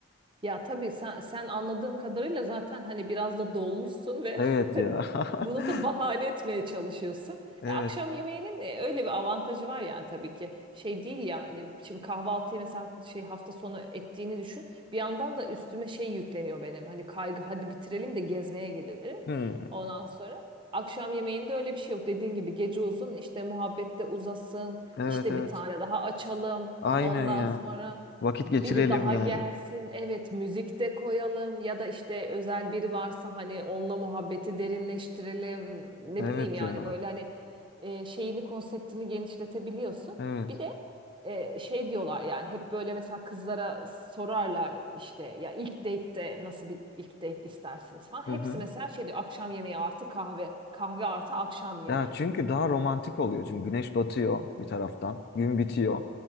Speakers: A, on the right (about 25°); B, on the left (about 50°).
A: Ya tabii sen sen anladığım kadarıyla zaten hani biraz da dolmuşsun ve
B: Evet
A: <laughs> hani
B: ya.
A: bunu
B: <laughs>
A: da bahane etmeye çalışıyorsun.
B: Evet.
A: E, akşam yemeğinin e, öyle bir avantajı var yani tabii ki. Şey değil yani şimdi kahvaltıyı mesela şey hafta sonu ettiğini düşün. Bir yandan da üstüme şey yükleniyor benim. Hani kaygı hadi bitirelim de gezmeye gidelim.
B: Hmm.
A: Ondan sonra akşam yemeğinde öyle bir şey yok. Dediğin gibi gece uzun işte muhabbette uzasın.
B: Evet
A: işte
B: evet.
A: bir tane daha açalım.
B: Aynen
A: Ondan
B: ya.
A: sonra
B: Vakit geçirelim
A: biri daha
B: yani.
A: gelsin. Evet, müzik de koyalım ya da işte özel biri varsa hani onunla muhabbeti derinleştirelim. Ne
B: Evet
A: bileyim yani
B: ya.
A: böyle hani e, şeyini konseptini genişletebiliyorsun.
B: Evet.
A: Bir de e, şey diyorlar yani hep böyle mesela kızlara sorarlar işte ya ilk date'te nasıl bir ilk date istersiniz falan. Hepsi
B: Hı hı.
A: mesela şey diyor akşam yemeği artı kahve, kahve artı akşam yemeği.
B: Ya çünkü daha romantik oluyor. Çünkü güneş batıyor bir taraftan, gün bitiyor.